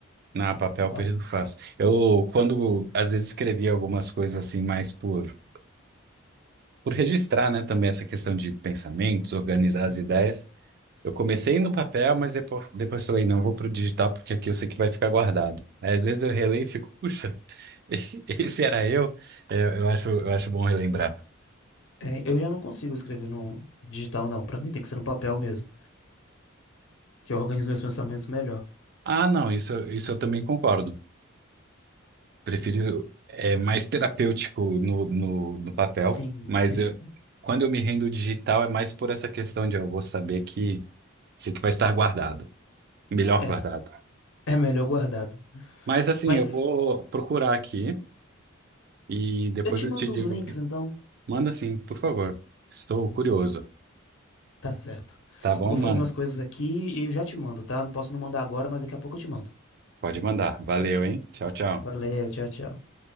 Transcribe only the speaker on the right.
Na papel,
perdo fácil. Eu, quando às vezes escrevi algumas coisas assim, mais por, por registrar, né? Também essa questão de pensamentos, organizar as ideias. Eu comecei no papel, mas depois, depois falei, não, eu vou pro digital porque aqui eu sei que vai ficar guardado. Aí, às vezes eu releio e fico, puxa, <laughs> esse era eu. É, Eu, acho, eu acho bom relembrar.
Ah, não, isso, isso eu também concordo. Prefiro, é mais terapêutico no, no, no papel,
mas
eu- quando eu me rendo digital é mais por essa questão de eu vou saber que sei que vai estar guardado, melhor
guardado.
Mas assim,
eu vou procurar aqui e depois
eu
te digo
Manda sim, por favor. Estou curioso.
Tá bom,
mano?
Pode mandar. Valeu, hein? Tchau, tchau.